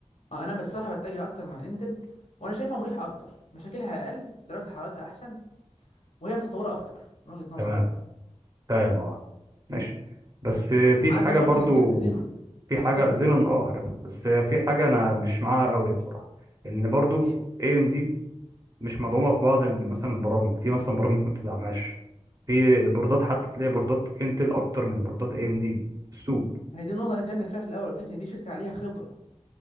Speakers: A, on the left; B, on the right.
A: آه، انا بصراحة بتجه اكتر مع انتل وانا شايفها مريحة اكتر مشاكلها اقل درجة حرارتها احسن وهي متطورة اكتر من وجهة نظري
B: تمام
A: يعني
B: فاهم اه ماشي بس آه،
A: مم.
B: في
A: عندك
B: حاجة
A: برضو
B: برضو
A: سلسله الزينون
B: في
A: او
B: حاجه
A: زيون
B: زينون اه عارفها بس في حاجه
A: مم.
B: انا مش معاها قوي بصراحه ان برضو
A: ايه
B: اي ام دي مش مدعومه في بعض ال- مثلا البرامج في مثلا برامج ممكن تدعمهاش في البوردات حتى تلاقي بوردات انتل اكتر من بوردات اي ام دي في السوق
A: ما هي دي النقطه اللي أنا كلمتك فيها في الاول قلت لك ان دي شركه عليها خبره